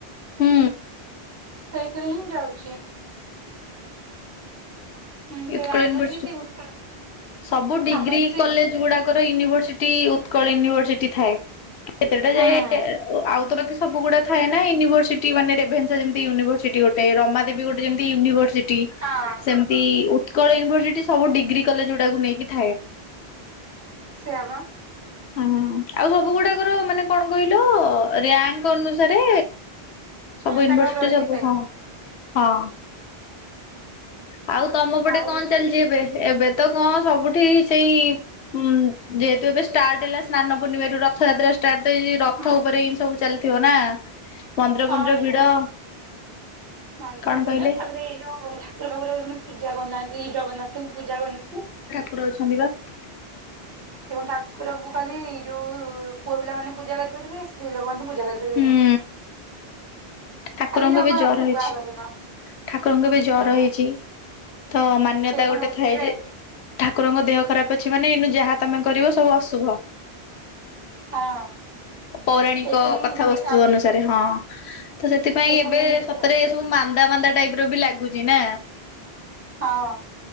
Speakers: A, on the left; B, on the right.
A: ହୁଁ
B: ସେଇଥିରେ ହିଁ ଯାଉଛି ହୁଁ
A: ଳ
B: ସେଇଟା ଆମର
A: ନି
B: ବି ସେଇ ଉତ୍କଳ
A: ସବୁ ଡିଗ୍ରୀ
B: ଆମର ବି ସେଇ
A: କଲେଜ
B: ହୁଁ
A: ଗୁଡା <inaudible> ତୋର ୟୁନିଭରସିଟି ଉତ୍କଳ ୟୁନିଭରସିଟି ଥାଏ କେତେଟା
B: ହଁ।
A: ଯାଏ ଆଉ ତ ସବୁ ଗୁଡାଥାଏ ନା ୟୁନିଭଅର୍ସିଟି ମାନେ ରେଭେନ୍ସା ଯେମିତି ୟୁନିଭରର୍ସିଟି ଗୋଟେ। ଗୋଟେ ରମା ଦେବୀ ଗୋଟେ ଯେମତି ୟୁନିଭରସିଟି
B: ହଁ
A: ସେମିତି। ଉତ୍କଳ ୟନିଭର୍ସିଟି ସବୁ ଡିଗ୍ରୀ କଲେଜ ଗୁଡାକୁ ନେଇକି ଥାଏ।
B: ସେଇଆ ବା।
A: ହଁ ଆଉ ସବୁ ଗୁଡାକର ମାନେ କଣ କହିଲ ରାଙ୍କ ଅନୁସାରେ
B: ହୁଁ
A: ସବୁ
B: ତାଙ୍କର
A: ୟୁନିଭର୍ସିଟି
B: ଇଏ
A: ସବୁ ଥାଏ ହଁ। ଆଉ ତମ ପଟେ
B: ଆଉ
A: କଣ ଚାଲିଛି ଏବେ ଏବେ ତ କଣ ସବୁଠି ସେଇ ଉ ଯେହେତୁ ଏବେ ଷ୍ଟାର୍ଟ ହେଲା ସ୍ନାନ ପୂର୍ଣ୍ଣିମା ରୁ ରଥଯାତ୍ରା <unintelligible> ରଥ
B: ହୁଁ।
A: ଉପରେ ଏ ସବୁ ଚାଲିଥିବ ନା ମନ୍ଦିର
B: ହଁ
A: ଫନ୍ଦିର
B: ଏଇ
A: ଭିଡ।
B: ଖୁଣି ମନ୍ଦିର
A: କଣ
B: ଭିଡ
A: କହିଲେ
B: ତାପରେ ଏଇ ଯୋଉ ଠାକୁର ବାଖୁର ପୂଜା କରୁନାହାନ୍ତି ଜଗନ୍ନାଥଙ୍କୁ ପୂଜା କରୁନାହାନ୍ତି।
A: କରେ ଅଛନ୍ତି ବା <unintelligible>
B: ଏବଂ ଠାକୁରଙ୍କୁ ଖାଲି ଯୋଉ ପୁଅ ପିଲାମାନେ ପୂଜା କରିପାରିବେ ସ୍ତ୍ରୀ ଲୋକ ମାନେ ପୂଜା କରିପାରିବେନି।
A: ହୁଁ ଠାକୁରଙ୍କୁ
B: ଖାଲି ଜଗନାଥୁଙ୍କୁ
A: ଏବେ ଜର ହେଇଛି।
B: ଆଉ କାହାକୁ ନୁହଁ।
A: ଠାକୁରଙ୍କୁ ଏବେ ଜର
B: ହୁଁ
A: ହେଇଚି ତ ମାନ୍ୟତା
B: ସେଇ ଖୁଣି
A: ଗୋଟେ
B: ଉଠିବେ
A: ଥାଏ ଯେ ଠାକୁରଙ୍କ ଦେହ ଖରାପ ଅଛି ମାନେ ଏଇନୁ ଯାହା ତମେ କରିବ ସବୁ ଅଶୁଭ।
B: ହଁ।
A: ପୌରାଣିକ
B: ଏଇ ଖୁଣି
A: କଥାବସ୍ତୁ
B: କିଛି ହବନି।
A: ଅନୁସାରେ ହଁ ତ ସେଥିପାଇଁ
B: ଏଇ ଖୁଣି
A: ଏବେ
B: ତମେ କିଛି
A: ସତରେ
B: ନ
A: ଏସବୁ ମାନ୍ଦା ମାନ୍ଦା ଟାଇପ ର ବି ଲାଗୁଚି ନା
B: ହଁ।